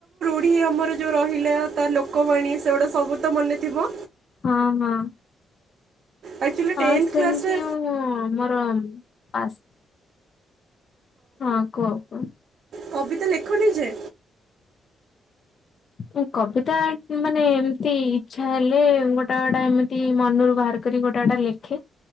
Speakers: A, on the right; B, on the left.
A: ବି ଆମର ଯୋଉ ରହିଲା ତା ଲୋକବାଣୀ ସେଉଡ଼ା ସବୁ ତ ମନେ ଥିବ?
B: ହଁ ହଁ।
A: ଆକ୍ଚୁଆଲି ଟେନ୍ଥ
B: ହଁ ସେମିତି
A: କ୍ଲାସ୍ରେ
B: ଆଉ ମୋର ପାସ୍ ହଁ କୁହ କୁହ।
A: କବିତା ଲେଖନି ଯେ।
B: ଉଁ କବିତା ମାନେ ଏମତି ଇଚ୍ଛା ହେଲେ ଗୋଟା ଗୋଟା ଏମିତି ମନୁରୁ ବାହାର କରି ଗୋଟା ଗୋଟା ଲେଖେ,